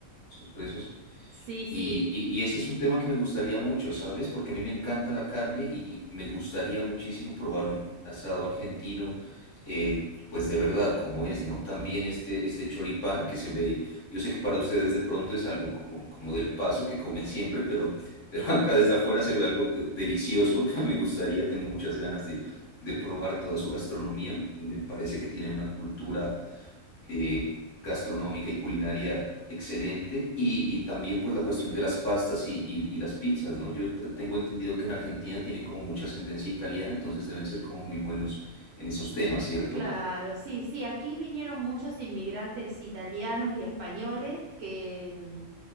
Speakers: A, on the left; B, on the right.
A: pues, gruesos.
B: Sí, sí,
A: Y, y- y ese es un tema que me gustaría mucho, ¿sabes? Porque a mí me encanta la carne y, y me gustaría muchísimo probar un asado argentino, eh, pues de verdad, como es, ¿no? También este, este choripán que se ve, yo sé que para ustedes de pronto es algo como, como del paso que comen siempre, pero, pero <laughs> acá desde afuera se ve algo eh, delicioso, <laughs> me gustaría, tengo muchas ganas de, de probar toda su gastronomía, me me parece que tienen una cultura eh, gastronómica y culinaria excelente y, y también pues la cuestión de las pastas y, y- y las pizzas, ¿no? Yo t- tengo entendido que en Argentina tienen como mucha ascendencia italiana, entonces deben ser como muy buenos en esos temas, ¿cierto?
B: claro, sí, sí, aquí vinieron muchos inmigrantes italianos y españoles que, mm,